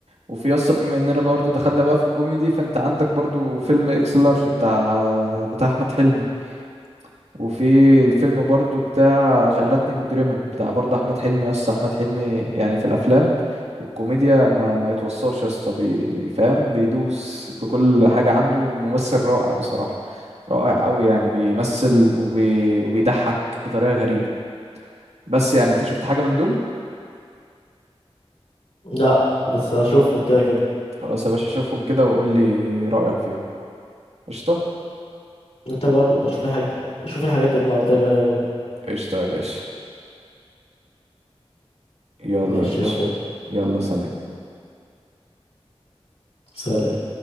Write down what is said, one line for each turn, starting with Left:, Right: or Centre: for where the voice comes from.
Right: وفي يسطا بما اننا برضو دخلنا بقى في الكوميدي فانت عندك برضو فيلم اكس لارج بتاع بتاع احمد حلمي وفي الفيلم برضو بتاع جعلتني مجرما بتاع برضو احمد حلمي يسطا احمد حلمي يعني في الافلام والكوميديا ما ما يتوصاش يسطا بي- فاهم بيدوس بكل حاجة عنده ممثل رائع بصراحة رائع قوي يعني بيمثل وبي... وبيضحك بطريقة غريبة بس يعني انت شفت حاجة من دول
Left: لا بس اشوفهم كده كده
Right: خلاص يا باشا شوفهم كده وقول لي رأيك فيهم قشطة
Left: انت برضو بشوف الحاجات شوف الحاجات اللي انا قلت لك عليها برضو
Right: قشطة يا باشا يلا
Left: ماشي
Right: يا باشا
Left: يا اخويا
Right: يلا سلام
Left: سلام